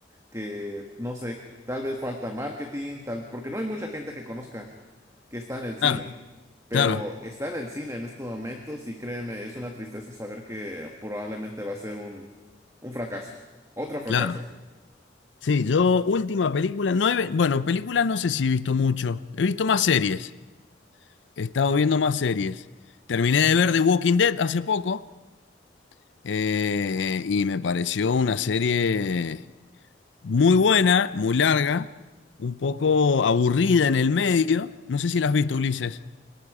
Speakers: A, on the right; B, on the left.
A: que no sé, tal vez falta marketing, tal, porque no hay mucha gente que conozca que está en el cine
B: Claro,
A: pero
B: claro,
A: está en el cine en estos momentos y créeme, es una tristeza saber que probablemente va a ser un, un fracaso, otro fracaso.
B: claro. Sí, yo última película, no he ve- bueno, películas no sé si he visto mucho, he visto más series, he estado viendo más series. Terminé
A: Okay.
B: de ver The Walking Dead hace poco eh, y me pareció una serie muy buena, muy larga, un poco aburrida en el medio. No sé si la has visto, Ulises.